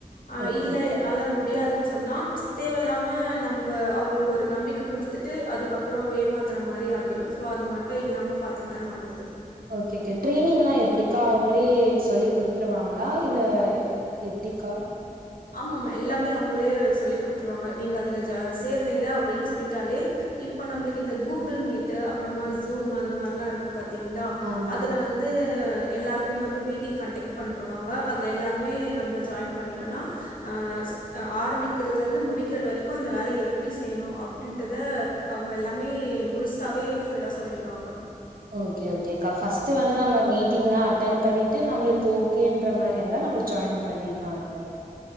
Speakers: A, on the left; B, on the right.
A: ஆ
B: ஓகேக்கா
A: இல்ல என்னால முடியாதுன் சொன்னா தேவல்லாம நம்ப அவுங்ளுக்கு ஒரு நம்பிக்க குடுத்துட்டு அதுக்கப்புற ஏமாத்துற மாரி ஆகிடும் சோ அது மட்டு இல்லாம பாத்துக்குட்டா நல்லது
B: ஓகே கே ட்ரெய்னிங்லாம் எப்டிக்கா அவங்களே சொல்லி குடுத்துருவாங்களா இல்ல எப்டிக்கா
A: ஆமா ஆமா எல்லாமே அவங்களே சொல்லி் குட்த்துருவாங்க நீங்க அதுல சேர்றீங்க அப்டின்னு சொல்லிட்டாலே இப்ப நம்மளுக்கு இந்த கூகுள் மீட் அப்புறமா ஜூம் அந்த மார்லா இருக்கு பாத் திங்ளா
B: ஆமாங்க்கா
A: அதுல வந்து எல்லார்க்குமே வந்து மீட்டிங் கண்டெக்ட் பண்ருவாங்க அதில எல்லாருமே நம்ப ஜாயின் பண்ணிட்டோனா ஆ ஆரம்பிக்கிறதுல இருந்து முடிக்கிற வரைக்கும் அந்த வேலய எப்டி செய்ணு அப்டின்றத அவ்ங்க எல்லாமே முழுசாவே ஃபுல்லா சொல்லிடுவாங்க
B: ஓகே ஓகே கா ஃபஸ்ட் வந்து நம்ம மீட்டிங்லா அட்டன் பண்ணிட்டு நம்மளுக்கு ஓகேன்ற மாரி இருந்தா நம்ம ஜாயின் பண்ணிக்கலா அதுல